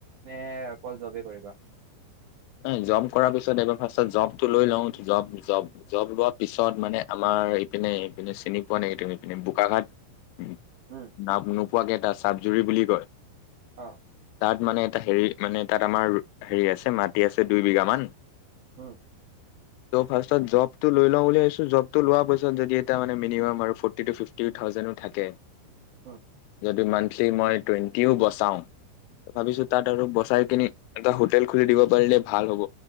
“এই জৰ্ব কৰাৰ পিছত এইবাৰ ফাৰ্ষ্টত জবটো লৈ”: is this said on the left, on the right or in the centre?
Left